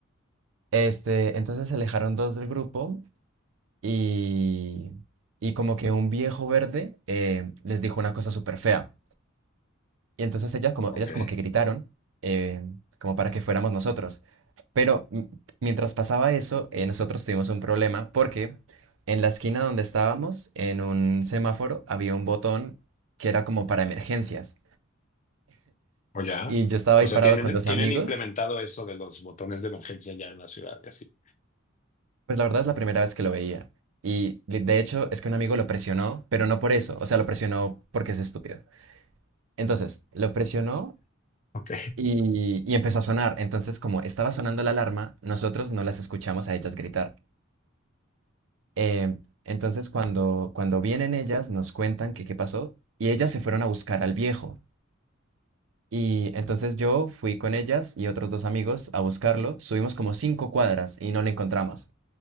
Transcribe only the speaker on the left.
ok.
¿O ya?
O
sea,
tienen,
tienen
implementado eso de los botones de emergencia ya en la ciudad y así.
Ok.